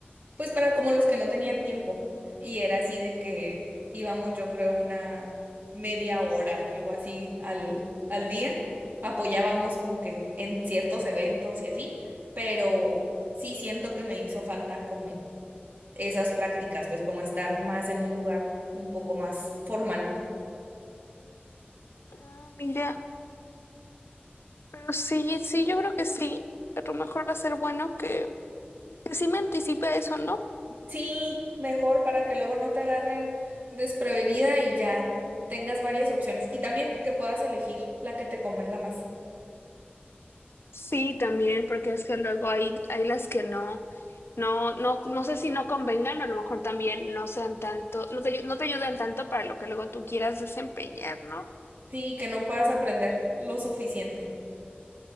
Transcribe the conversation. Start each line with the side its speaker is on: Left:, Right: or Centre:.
Right: pues para como los que no tenían tiempo. Y era así de que íbamos, yo creo, una media hora o algo así al, al día. Apoyábamos como que en ciertos eventos y así, pero sí siento que me hizo falta como esas prácticas, pues como estar más en un lugar un poco más formal.
Left: Ah, mira, pero sí, sí, yo creo que sí. A lo mejor va a ser bueno que, que sí me anticipe a eso, ¿no?
Right: Sí, mejor para que luego no te agarren desprevenida y ya tengas varias opciones. Y también que puedas elegir la que te convenga más.
Left: Sí, también, porque es que luego hay, hay las que no, no, no, no sé si no convengan, o a lo mejor también no sean tanto, no te, ayu- no te ayudan tanto para lo que luego tú quieras desempeñar, ¿no?
Right: Sí, que no puedas aprender lo suficiente.